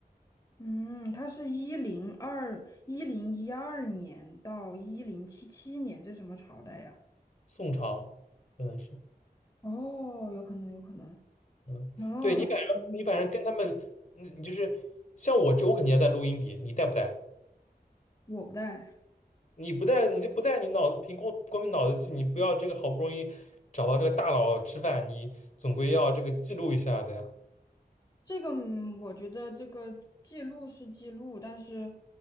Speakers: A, on the left (about 20°); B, on the left (about 45°).
A: 嗯，它是一零二一零一二年到一零七七年，这什么朝代呀？
B: 宋朝可能是。
A: 哦，有可能，有可能。
B: 嗯，
A: 哦，
B: 对你反正你反正跟他们，
A: 那嗯
B: 嗯，就是像我这，我肯定要带录音笔，你带不带？
A: 我不带
B: 你不带，你就不带，你脑子凭光光凭脑子记，你不要这个好不容易找到这个大佬吃饭，你总归要这个记录一下的呀，
A: 这个，嗯我觉得这个记录是记录，但是，